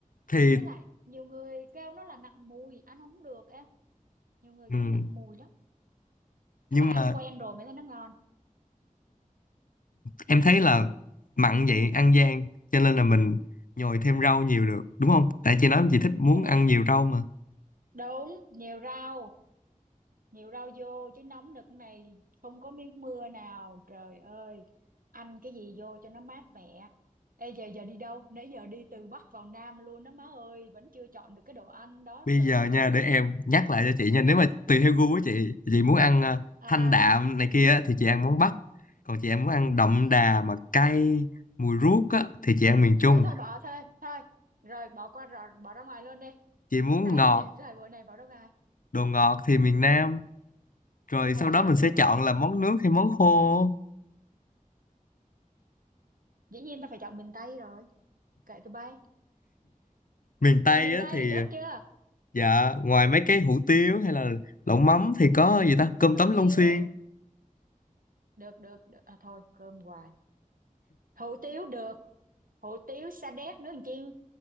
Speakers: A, on the left; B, on the right.
A: thì
B: với lại nhiều người kêu nó là nặng mùi ăn không được em nhiều người
A: ừ,
B: kêu nặng mùi lắm nhưng
A: nhưng
B: mà ăn
A: mà
B: quen rồi mới thấy nó ngon
A: em thấy
B: Chà.
A: là mặn vậy ăn gian cho nên là mình nhồi thêm rau nhiều được đúng không tại chị nói chị thích muốn
B: ủa
A: ăn nhiều rau mà
B: đúng nhiều rau nhiều rau vô chứ nóng nực này không có miếng mưa nào trời ơi ăn cái gì vô cho nó mát mẻ Ê giờ giờ đi đâu? Nãy giờ đi từ Bắc vào Nam luôn đó má ơi, vẫn chưa chọn được cái đồ ăn đó
A: bây
B: trời.
A: giờ nha để em nhắc lại cho chị nha nếu mà tùy theo gu của chị chị muốn ăn ờ,
B: À,
A: thanh đạm này kia á, thì chị ăn món Bắc còn chị em muốn ăn đậm
B: ừ.
A: đà mà cay mùi ruốc á thì chị ăn miền Trung
B: Thôi thôi bỏ thôi, thôi. Rồi bỏ qua rồi, bỏ ra ngoài luôn đi.
A: chị muốn
B: Tay
A: ngọt
B: thì thời buổi này bỏ đâu ai.
A: đồ ngọt thì miền Nam rồi
B: Vậy thôi
A: sau
B: tao
A: đó
B: chọn
A: mình sẽ
B: đồ ngọt
A: chọn
B: đi.
A: là món nước hay món khô
B: Dĩ nhiên tao phải chọn miền Tây rồi. Kệ tụi bay.
A: miền Tây
B: Chọn miền
A: á
B: Tây
A: thì
B: chốt chưa?
A: dạ ngoài mấy cái hủ tiếu hay là lẩu mắm thì có gì ta cơm
B: Hủ
A: tấm Long
B: tiếu.
A: Xuyên
B: Được được. được. À thôi cơm hoài. Hủ tiếu được. Hủ tiếu sa đéc nướng chiên.